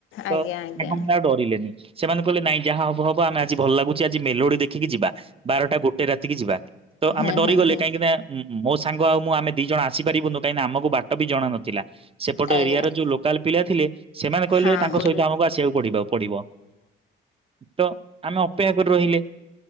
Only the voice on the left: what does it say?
ଆଜ୍ଞା ଆଜ୍ଞା
ହୁଁ
ହୁଁ ହୁଁ
ଆଜ୍ଞା
ହଁ।
ତାଙ୍କୁ